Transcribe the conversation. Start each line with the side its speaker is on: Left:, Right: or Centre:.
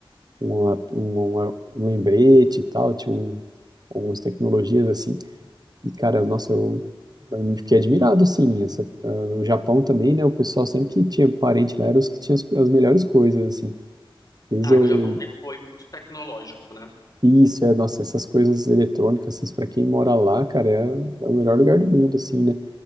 Right: uma- uma- um lembrete e tal, tinha um, algumas tecnologias assim. E cara, nossa, eu, eu fiquei admirado assim. Essa, ah, no Japão também, né? O pessoal sempre que tinha parente lá era os que tinham as, as melhores coisas, assim. Desde
Left: Ah,
Right: o
Left: que o Japão sempre foi muito tecnológico, né?
Right: Isso, é, nossa, essas coisas eletrônicas, assim, pra quem mora lá, cara, é, é o melhor lugar do mundo, assim, né?